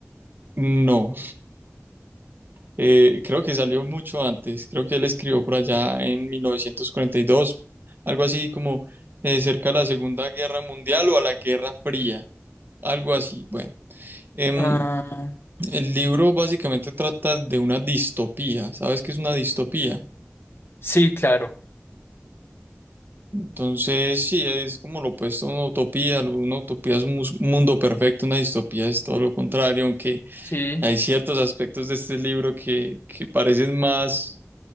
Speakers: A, on the right (about 50°); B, on the left (about 55°).
A: No, eh, creo que salió mucho antes, creo que él escribió por allá en 1942, algo así como eh, cerca de la Segunda Guerra Mundial o a la Guerra Fría, algo así. Bueno, em,
B: Ah,
A: el libro básicamente trata de una distopía. ¿Sabes qué es una distopía?
B: sí, claro,
A: Entonces, sí, es como lo opuesto a una utopía. Una utopía es un mus- un mundo perfecto, una distopía es todo lo contrario, aunque
B: sí.
A: hay ciertos aspectos de este libro que, que parecen más